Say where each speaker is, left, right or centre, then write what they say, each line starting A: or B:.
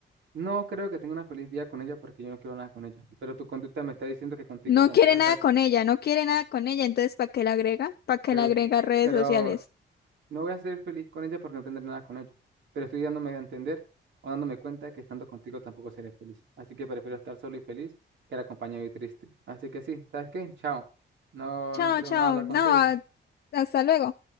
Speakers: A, on the right; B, on the left.
A: No creo que tenga una feliz vida con ella porque yo no quiero nada con ella. Pero tu conducta me está diciendo que contigo
B: No
A: tampoco
B: quiere
A: está.
B: nada con ella, no quiere nada con ella, entonces ¿para qué la agrega? ¿Para qué
A: Pero,
B: la agrega a redes
A: pero
B: sociales?
A: no voy a ser feliz con ella porque no tendré nada con ella. Pero estoy dándome a entender o dándome cuenta que estando contigo tampoco seré feliz. Así que prefiero estar solo y feliz que acompañado y triste. Así que sí, ¿sabes qué? Chao. No,
B: Chao,
A: no quiero
B: chao.
A: más hablar
B: No,
A: contigo.
B: a- hasta luego.